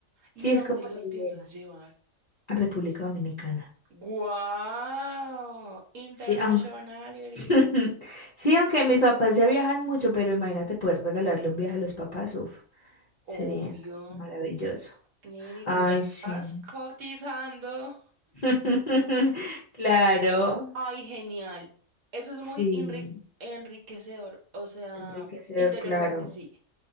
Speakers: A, on the right (about 70°); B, on the left (about 40°).
A: ¿Y
B: Sí,
A: a
B: es
A: dónde
B: como
A: los
B: la
A: piensas
B: idea.
A: llevar?
B: República Dominicana.
A: ¡Guau! Internationality.
B: Sí, aunque <laughs> sí, aunque mis papás ya viajan mucho, pero imagínate poder regalarle un viaje a los papás, uf.
A: Obvio.
B: Sería maravilloso.
A: Neni,
B: Ay,
A: tú ya estás
B: sí.
A: cotizando.
B: <laughs> Claro,
A: ¡Ay, genial! Eso es muy
B: sí,
A: enri- enriquecedor. O sea,
B: enriquecer,
A: interiormente,
B: claro.
A: sí.